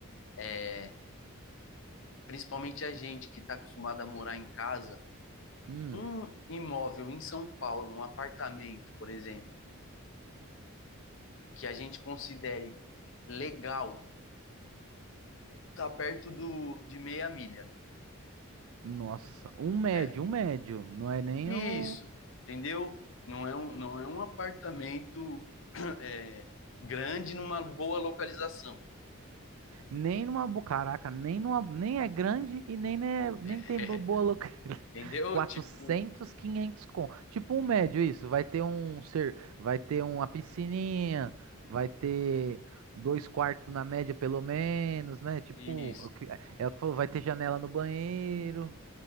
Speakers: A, on the left (about 60°); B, on the right (about 70°).
A: é, principalmente a gente que está acostumada a morar em casa,
B: Hum,
A: um imóvel em São Paulo, um apartamento, por exemplo, que a gente considere legal, está perto do, de meia milha.
B: nossa, um médio,
A: É,
B: um médio. Não é nem
A: isso,
B: o,
A: entendeu? Não é um, não é um apartamento <laughs> é, grande numa boa localização.
B: Nem numa, bo- caraca, nem numa, nem é grande e nem, né, nem
A: <laughs>
B: tem bo-
A: É,
B: boa loca. <laughs>
A: entendeu?
B: 400,
A: Tipo,
B: 500 com. Tipo um médio isso, vai ter um ser, vai ter uma piscininha, vai ter dois quartos na média pelo menos, né? Tipo,
A: isso.
B: o que- é, é o que falou, vai ter janela no banheiro,